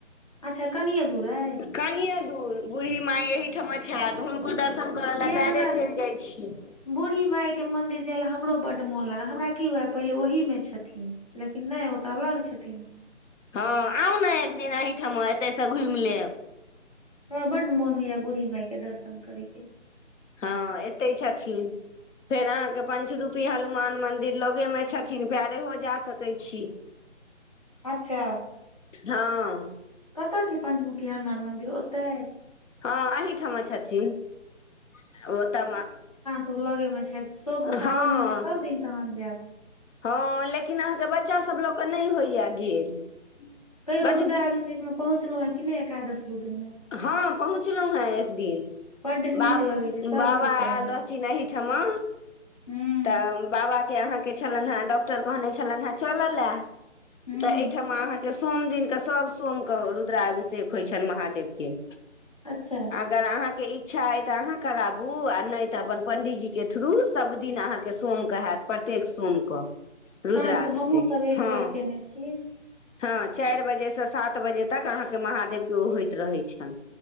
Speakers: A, on the left; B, on the left.
A: अच्छऽ कनिये दूर अइ
B: कनिये दूर बूढ़ी माय एहिठमा छैथ हुनको दर्शन करऽ लऽ
A: यै
B: पैरे
A: हमरा
B: चैल जाय छी
A: बूढ़ी माय केँ मन्दिर जाय लऽ हमरो बड्ड मोन लागल हमरा की हुये पहिले ओहिमे छथिन लेकिन नय ओ तऽ अलग छथिन
B: हँ आउ नऽ एक दिन अहिठमा एतय सँ घुइम लेब
A: हमरा बड्ड मोन होइ यऽ बूढ़ी माय केँ दर्शन करै केँ
B: हँ एतै छथिन्ह फेर अहाँकेँ पंचरूपी हनुमान मंदिर लगे मे छथिन्ह पाइरेहो जा सके छी
A: अच्छऽ
B: हँ
A: कतऽ छैय पंचमुखी हनुमान मन्दिर ओतैय
B: हँ अहिठमा छथिन्ह ओतऽ म
A: तब लगे मे छैथ सब सावन
B: हँ
A: मे तऽ सभ दिन तहन जैब
B: हँ लेकिन अहाँकेँ बच्चा सभ लऽ कऽ नय होइ यऽ गेल
A: तैयो
B: बड
A: रुद्राभिषेक मे पहुचलहुँ हे कि नय एकादश रुद्र मे
B: हँ पहुँचलहुँ हे एक दिन
A: बड्ड नीक
B: बाप
A: लगै छै सबके
B: बाबा
A: करऽ
B: आयल
A: दै
B: रहथिन
A: छै
B: अहिठमा
A: हूँ
B: तऽ बाबा केँ अहाँ केँ छलैन हे डॉक्टर कहने छलाव हे चलऽ लऽ
A: हूँ
B: तऽ अहिठमा अहाँकेँ सोम दिन कऽ सभ सोम कऽ रुद्राभिषेक होइ छैन महादेव केँ
A: अच्छऽ
B: अगर अहाँकेँ इच्छा एय तऽ अहाँ कराबू आ नय तऽ अपन पंडीजी केँ थ्रू सब दिन अहाँ केँ सोम कऽ हैत प्रत्येक सोम कऽ रूद्राभिषेक
A: साँझ के हमहुँ सब एक
B: हँ
A: बेर केने छी
B: हँ चाइर बजे सँ सात बजे तक अहाँकेँ महादेव केँ ओ होइत रहै छैन